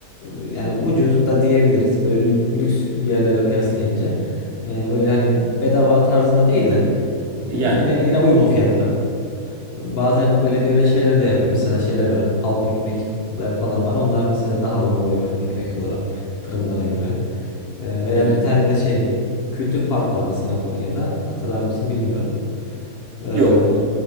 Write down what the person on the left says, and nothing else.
e, yani ucuz da diyebiliriz böyle lü- lüks yerlere kıyaslayınca E, böyle hani bedava tarzında değil de e,
yine yine uygun fiyatlı. Bazen belediye öyle şeyleri de yapıyor. Mesela şeyler var. Halk ekmekler falan var. Onlar mesela daha uygun veriyor ekmek olarak fırınlara göre. E, veya
bir tane de şey Kültür Park var mesela Konya'da. Hatırlar mısın bilmiyorum. E,